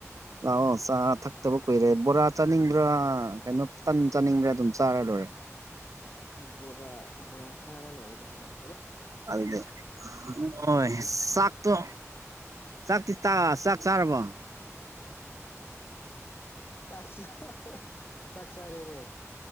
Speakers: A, on the right; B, on the left.
A: ꯂꯥꯛꯑꯣ ꯆꯥ ꯊꯛꯇꯕ ꯀꯨꯏꯔꯦ ꯕꯣꯔꯥ ꯆꯥꯅꯤꯡꯕ꯭ꯔꯥ ꯀꯩꯅꯣ ꯇꯟ ꯆꯥꯅꯤꯡꯕ꯭ꯔꯥ ꯑꯗꯨꯝ ꯆꯥꯔꯗ <unintelligible>
B: ꯕꯣꯔ ꯕꯣꯔꯥ ꯆꯥꯔꯥ ꯂꯣꯏꯔꯗ ꯍꯔꯅꯤ
A: ꯑꯗꯨ ꯍꯣꯏ ꯆꯥꯛꯇꯣ ꯆꯥꯛꯇꯤ ꯇ ꯆꯥꯛ ꯆꯥꯔꯕꯣ
B: ꯁꯥꯁꯥ ꯁꯥꯁꯥꯔꯅꯦ